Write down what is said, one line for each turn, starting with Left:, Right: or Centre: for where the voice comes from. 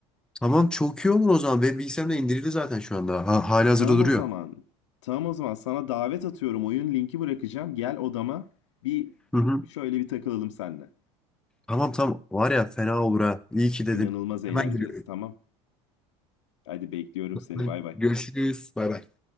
Centre: Tamam çok iyi olur o zaman. Benim bilgisayarımda indirildi zaten şu anda. Ha, hali hazırda
Left: Tamam
Centre: duruyor.
Left: o zaman. Tamam o zaman sana davet atıyorum. Oyun linki bırakacağım. Gel odama bir
Centre: Hı hı.
Left: şöyle bir takılalım seninle.
Centre: Tamam tamam. Var ya fena olur ha. İyi ki dedim.
Left: İnanılmaz eğleneceğiz.
Centre: Hemen geliyorum.
Left: Tamam. Hadi bekliyorum seni.
Centre: Hadi
Left: Bay bay.
Centre: görüşürüz. Bay bay.